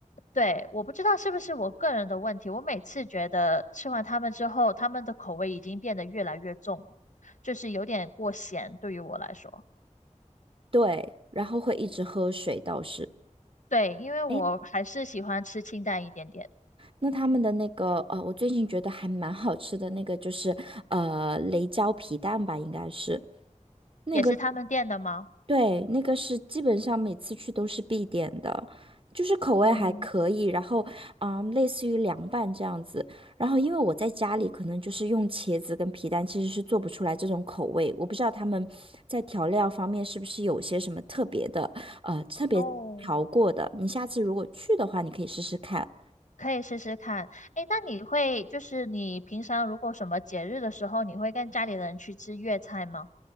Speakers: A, on the left; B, on the right.
A: 对，我不知道是不是我个人的问题，我每次觉得吃完它们之后，它们的口味已经变得越来越重，就是有点过咸对于我来说。
B: 对，然后会一直喝水倒是。
A: 对，因为我还是喜欢吃清淡一点点，
B: 哎，那他们的那个，呃，我最近觉得还蛮好吃的那个就是，呃，雷椒皮蛋吧，应该是。那个。
A: 也是他们店的吗？
B: 对，那个是基本上每次去都是必点的，就是口味还可以，
A: 嗯，
B: 然后啊、嗯类似于凉拌这样子。然后因为我在家里可能就是用茄子跟皮蛋，其实是做不出来这种口味。我不知道他们在调料方面是不是有些什么特别的，呃，特别调过的。
A: 哦，
B: 你下次如果去的话，你可以试试看。
A: 可以试试看。诶，那你会就是你平常如果什么节日的时候，你会跟家里人去吃粤菜吗？